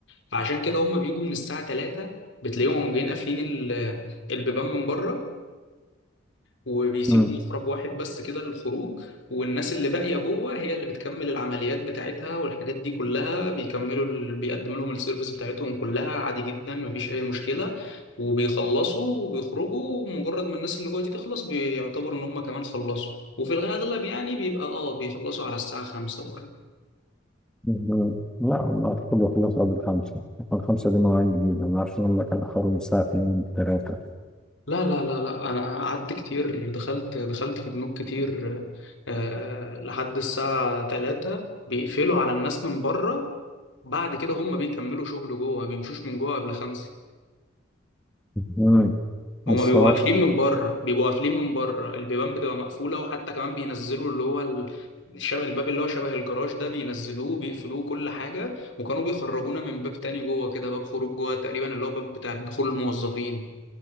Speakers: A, on the left (about 80°); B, in the centre.
A: فعشان كده هم بيجوا من الساعة 3 بتلاقيهم قاموا جايين قافلين ال- البيبان من بره وبيسيبوا
B: مم.
A: مخرج واحد بس كده للخروج والناس اللي باقية جوه هي اللي بتكمل العمليات بتاعتها والحاجات دي كلها بيكملوا ال- بيقدموا لهم السيرفيس بتاعتهم كلها عادي جدا مفيش أي مشكلة وبيخلصوا وبيخرجوا مجرد ما الناس اللي جوه دي تخلص بيعتبروا إن هم كمان خلصوا وفي الأغلب يعني بيبقى آه بيخلصوا على الساعة 5
B: مم. لا ما اعتقد يخلص قبل الخمسة الخمسة دي مواعيد جديدة ما اعرفش هما كانوا اخرهم الساعة اتنين تلاتة
A: لا لا لا لا انا قعدت كتير دخلت دخلت في بنوك كتير آه لحد الساعة 3 بيقفلوا على الناس من بره بعد كده هم بيكملوا شغل جوه ما بيمشوش من جوه قبل خمسة
B: مم. بس
A: هما بيبقوا
B: هو
A: قافلين من بره بيبقوا قافلين من بره البيبان بتبقى مقفولة وحتى كمان بينزلوا اللي هو ال- شبه الباب اللي هو شبه الجراج ده بينزلوه بيقفلوه كل حاجة وكانوا بيخرجونا من باب تاني جوه كده باب خروج جوه تقريبا اللي هو باب بتاع دخول الموظفين